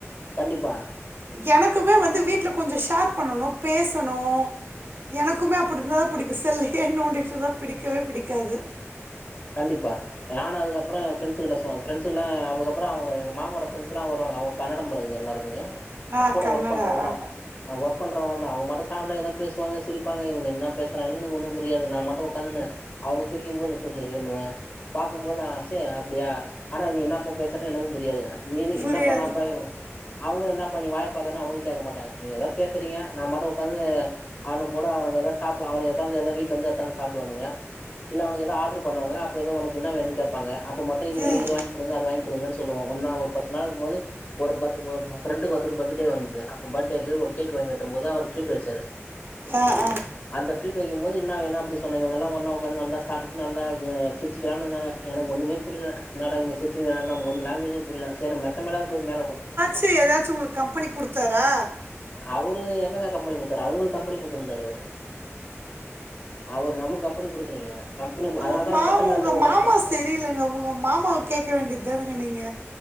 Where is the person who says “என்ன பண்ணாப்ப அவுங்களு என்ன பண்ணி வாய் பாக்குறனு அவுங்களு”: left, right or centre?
Left